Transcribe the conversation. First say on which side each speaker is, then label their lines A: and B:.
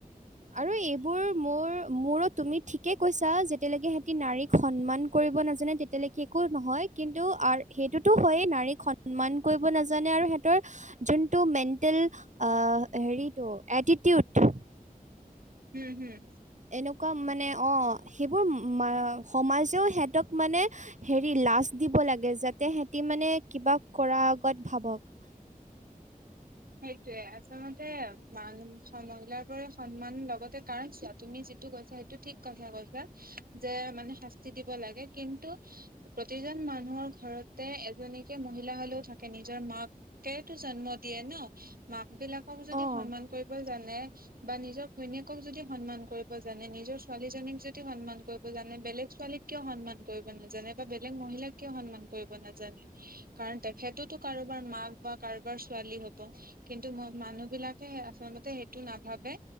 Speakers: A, on the right; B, on the right.
A: আৰু এইবোৰ মোৰ মোৰো তুমি ঠিকে কৈছা যেতিয়ালৈকে সিহঁতি নাৰীক সন্মান কৰিব নাজানে তেতিয়ালৈকে একো নহয় কিন্তু আৰ- সেইটোতো হয়েই নাৰীক সন্মান কৰিব নাজানে আৰু সিহঁতৰ যোনটো মেণ্টেল আ হেৰিটো এটিটিউড
B: হম, হুম
A: এনেকুৱা মানে অ' সেইবোৰ মা সমাজেও সিহঁতক মানে হেৰি লাজ দিব লাগে যাতে সিহঁতি মানে কিবা কৰাৰ আগত ভাবক।
B: সেইটোয়ে আচলতে মান মহিলাৰ পৰাই সন্মান লগতে কাৰণ চোৱা তুমি যে- যিটো কৈছা সেইটো ঠিক কথা কৈছা যে মানে শাস্তি দিব লাগে। কিন্তু প্ৰতিজন মানুহৰ ঘৰতে এজনীকে মহিলা হলেও থাকে নিজৰ মা- কেটো জন্ম দিয়ে ন মাক বিলাকক যদি
A: অঁ
B: সন্মান কৰিব জানে বা নিজৰ ঘৈণীয়েকক যদি সন্মান কৰিব জানে, নিজৰ ছোৱালী জনীক যদি সন্মান কৰিব জানে বেলেগ ছোৱালীক কিয় সন্মান কৰিব নাজানে বা বেলেগ মহিলাক কিয় সন্মান, কৰিব নাজানে কাৰণ তেখেতেতো কাৰোবাৰ মাক বা কাৰোবাৰ ছোৱালী হ'ব। কিন্তু ম মানুহ বিলাকে আচলতে সেইটো নাভাবে